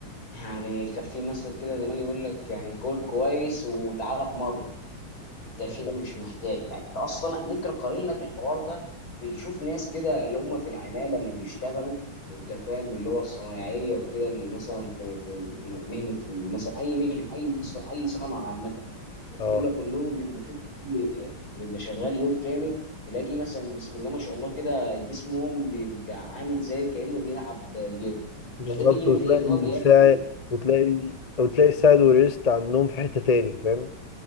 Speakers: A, on the left; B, on the left.
A: يعني كان في مثل كده زمان يقول لك يعني كول كويس وتعالى اتمرن ده شيء
B: اه
A: مش محتاج يعني انت اصلا ممكن اقارن لك الحوار ده بنشوف ناس كده اللي هم في العماله اللي بيشتغلوا انت فاهم اللي هو الصنايعيه وكده اللي مثلا في في مهنه مثلا اي مهنه اي ص- اي صنعه عامه
B: اه
A: دول كلهم بيبقوا في بيبقى شغال يوم كامل تلاقي مثلا بسم الله ما شاء الله كده جسمهم بيبقى عامل زي كانه بيلعب جيم
B: بالظبط
A: فده بيجي من
B: وتلاقي
A: ايه ان هو
B: الساعد
A: بياكل
B: وتلاقي وتلاقي الساعد والريست على النوم في حتة تاني فاهم؟